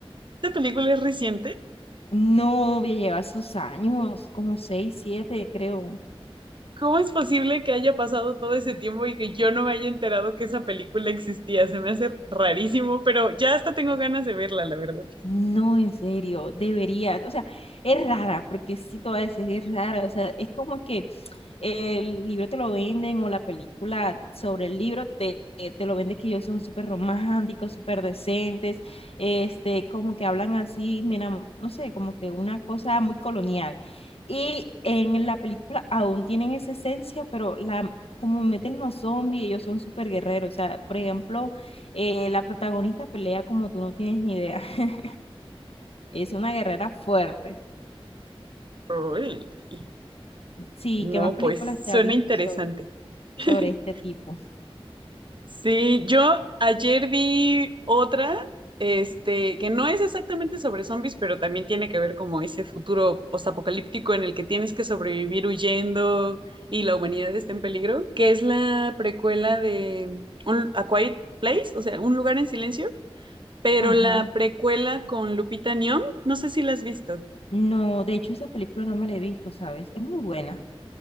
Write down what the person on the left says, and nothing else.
No, ya lleva sus años, como seis, siete, creo.
No, en serio, deberías. O sea, es rara, porque sí te voy a decir, es rara. O sea, es como que el libro te lo venden o la película sobre el libro te, te lo venden que ellos son súper románticos, súper decentes, este, como que hablan así, me enamo- no sé, como que una cosa muy colonial. Y en la película aún tienen esa esencia, pero la, como meten los zombies, ellos son súper guerreros. O sea, por ejemplo, eh, la protagonista pelea como tú no tienes ni idea. <laughs> Es una guerrera fuerte.
Sí,
¿qué más películas
te has visto
sobre,
sobre este tipo?
Ajá.
No, de hecho esa película no me la he visto, ¿sabes? Es muy buena.